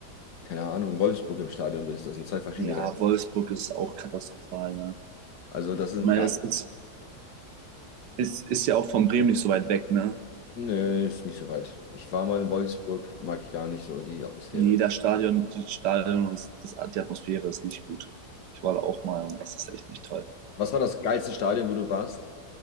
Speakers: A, on the left; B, on the right.
A: keine Ahnung, Wolfsburg im Stadion bist. Das sind zwei verschiedene
B: Ja,
A: Welten.
B: Wolfsburg ist auch katastrophal, ne?
A: Also das sind
B: Ich meine,
A: gar,
B: das ist, ist, ist ja auch von Bremen nicht so weit weg, ne?
A: nee, ist nicht so weit. Ich war mal in Wolfsburg, mag ich gar nicht so die Atmosphäre.
B: Jeder Stadion, die Stadion und das, die Atmosphäre ist nicht gut. Ich war da auch mal und das ist echt nicht toll.
A: Was war das geilste Stadion, wo du warst?